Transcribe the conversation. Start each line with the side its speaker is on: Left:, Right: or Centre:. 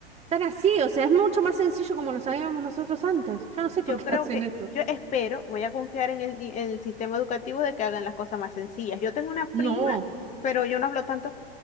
Right: tan así, o sea, es mucho más sencillo como lo sabíamos nosotros antes. Yo no sé por
Left: Yo
Right: qué
Left: creo
Right: <laughs> hacen
Left: que,
Right: eso.
Left: yo espero, voy a confiar en el, di- en el sistema educativo de que hagan las cosas más sencillas. Yo tengo una
Right: No,
Left: prima, pero yo no hablo tanto